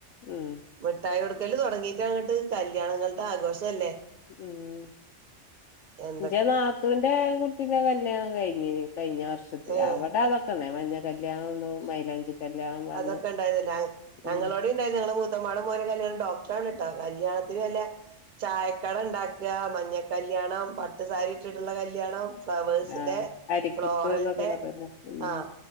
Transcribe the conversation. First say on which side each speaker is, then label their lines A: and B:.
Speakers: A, on the left; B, on the right.
A: ഉം
B: മിഠായി കൊടുക്ക ക്കല് തുടങ്ങയിട്ട് അങ്ങോട്ട് കല്യാണങ്ങളുടെ ആഘോഷം അല്ലേ
A: ഉം
B: എ
A: എൻറെ നാത്തുവിന്റെ കുട്ടീന്റെ കല്യാണം കഴിന്നീൻ കഴിഞ്ഞ വർഷത്തിൽ
B: ഏഹ്
A: അവിടെഅധോക്കെ ഉണ്ടയിനു മഞ്ഞ കല്യാണം തും മൈലാഞ്ചി കല്യാണം പറഞ്ഞ്
B: അതൊക്കെ ഉണ്ടായിന്ന്ല്ലേ
A: ഉം
B: ഞങ്ങളോഡിം ഉണ്ടായിരുന്നു നങ്ങളെ മൂത്തമ്മടെ മോന്റെ കല്യാണം ഡോക്ടറണ് കല്യാണത്തിന് വല്ല ചായക്കട ഉണ്ടാക മഞ്ഞ കല്യാണം പട്ട് ട്ട് സാരി ഇട്ടിട്ടുള്ള കല്യാണം ഫ്ലവേഴ്സിന്റെ
A: ആഹ് അരിക്കുത്ത്
B: ഫ്ലോറലന്റെ
A: എന്നൊക്കെ പറഞ്ഞില്ലേ ഉം
B: അ